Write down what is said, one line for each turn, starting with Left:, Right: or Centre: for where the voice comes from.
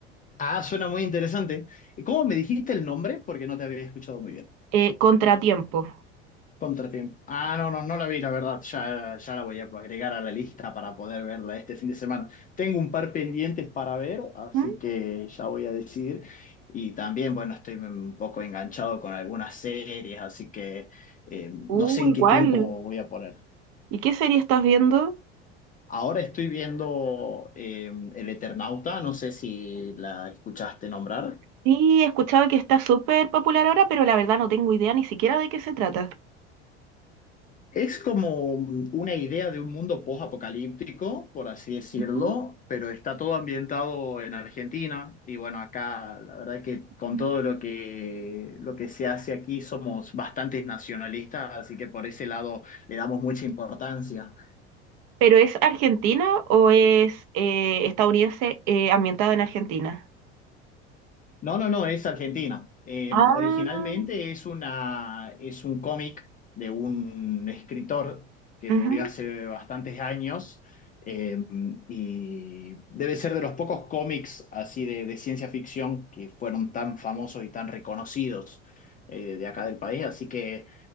Left: Ah, suena muy interesante. ¿Cómo me dijiste el nombre? Porque no te había escuchado muy bien.
Right: Eh, Contratiempo.
Left: Contratiempo. Ah, no, no, no la vi, la verdad. Ya, ya la voy a agregar a la lista para poder verla este fin de semana. Tengo un par pendientes para ver, así
Right: Mm,
Left: que ya voy a decidir. Y también, bueno, estoy un poco enganchado con algunas series, así que eh,
Right: Uh,
Left: no sé en
Right: igual.
Left: qué tiempo voy a poner.
Right: ¿Y qué serie estás viendo?
Left: Ahora estoy viendo eh, El Eternauta, no sé si la escuchaste nombrar.
Right: Sí, he escuchado que está súper popular ahora, pero la verdad no tengo idea ni siquiera de qué se trata.
Left: Es como una idea de un mundo post-apocalíptico, por así decirlo,
Right: Ujú.
Left: pero está todo ambientado en Argentina. Y bueno, acá la verdad es que con
Right: Mm.
Left: todo lo que, lo que se hace aquí somos bastantes nacionalistas, así que por ese lado le damos mucha importancia.
Right: ¿Pero es argentina o es eh, estadounidense eh, ambientada en Argentina?
Left: No, no, no, es Argentina. Eh,
Right: Ah,
Left: originalmente es una, es un cómic de un escritor que
Right: ujú.
Left: murió hace bastantes años eh, y debe ser de los pocos cómics así de, de ciencia ficción que fueron tan famosos y tan reconocidos eh, de acá del país. Así que